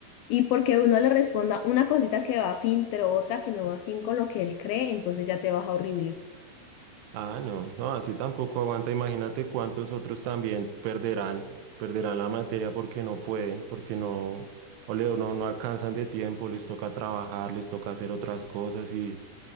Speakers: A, on the left (about 80°); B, on the right (about 80°).
A: Y porque uno le responda una cosita que va a fin, pero otra que no va a fin con lo que él cree, entonces ya te baja horrible.
B: Ah, no, no, así tampoco aguanta. Imagínate cuántos otros también perderán, perderán la materia porque no pueden, porque no, o le- no, no alcanzan de tiempo, les toca trabajar, les toca hacer otras cosas y